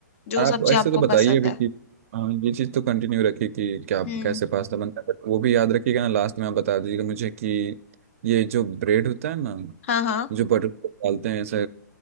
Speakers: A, on the left; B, on the right.
A: जो
B: और आप
A: सब्जी
B: ऐसे
A: आपको
B: तो बताइए
A: पसंद
B: अभी
A: है
B: कि हाँ, ये चीज़ तो कंटिन्यू रखिए कि क्या आप
A: हम्म
B: कैसे पास्ता बनता है बट वो भी याद रखिएगा ना लास्ट में आप बता दीजिएगा मुझे कि ये जो ब्रेड होता है ना
A: हाँ हाँ
B: जो बटर डालते हैं ऐसे